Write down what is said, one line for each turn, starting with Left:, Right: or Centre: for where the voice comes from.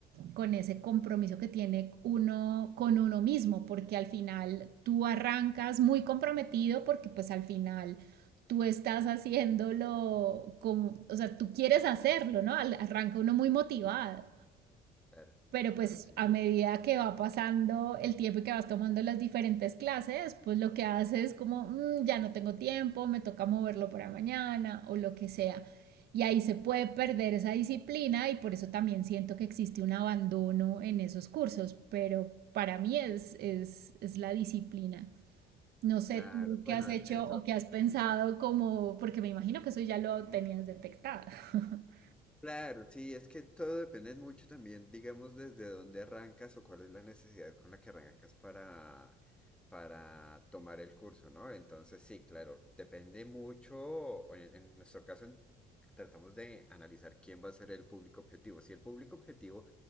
Right: con ese compromiso que tiene uno con uno mismo, porque al final tú arrancas muy comprometido porque pues al final tú estás haciéndolo como, o sea, tú quieres hacerlo, ¿no? Arranca uno muy motivado
Centre: Claro,
Right: pero
Centre: claro,
Right: pues
Centre: sí.
Right: a medida que va pasando el tiempo y que vas tomando las diferentes clases, pues lo que haces es como, "Mm, ya no tengo tiempo, me toca moverlo para mañana o lo que sea. Y ahí se puede perder esa disciplina y por eso también siento que existe un abandono en esos cursos, pero para mí es, es, es la disciplina. No sé
Centre: Claro,
Right: tú
Centre: bueno,
Right: qué has hecho
Centre: eso,
Right: o qué has pensado como, porque me imagino que eso ya lo tenías detectado. <laughs>
Centre: Claro, sí, es que todo depende mucho también, digamos, desde dónde arrancas o cuál es la necesidad con la que arrancas para, para tomar el curso, ¿no? Entonces, sí, claro, depende mucho, o en, en nuestro caso en- tratamos de analizar quién va a ser el público objetivo. Si el público objetivo